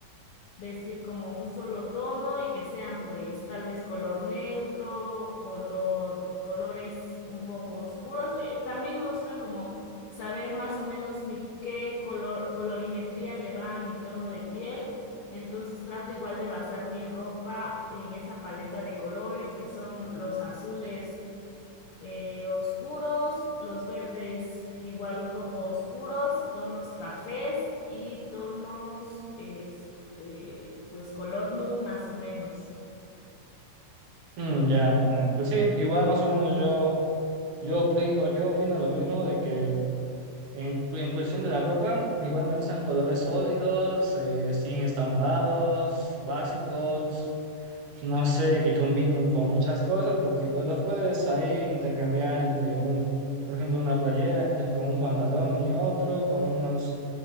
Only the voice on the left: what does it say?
vestir como un solo tono y que sean pues tal vez color neutro, color, colores un poco oscuros. Eh, también me gusta como saber más o menos mi qué color, colorimetría le va a mi tono de piel. Entonces trato igual de basar mi ropa en esa paleta de colores que son los azules eh, oscuros, los verdes igual un poco oscuros, tonos cafés y tonos, este, pues color nude más o menos.